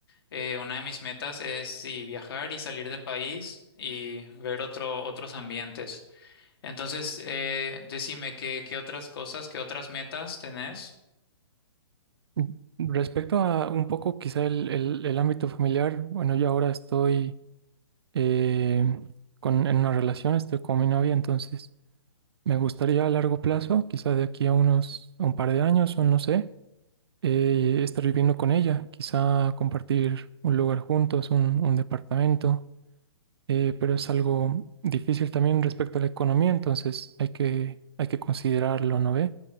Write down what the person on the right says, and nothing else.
Mm, Respecto a un poco quizá el, el- el ámbito familiar, bueno, yo ahora estoy eh, con, en una relación, estoy con mi novia, entonces me gustaría a largo plazo, quizá de aquí a unos, a un par de años o no sé, eh, estar viviendo con ella, quizá compartir un lugar juntos, un, un departamento. eh, pero es algo difícil también respecto a la economía, entonces hay que, hay que considerarlo, ¿no ve?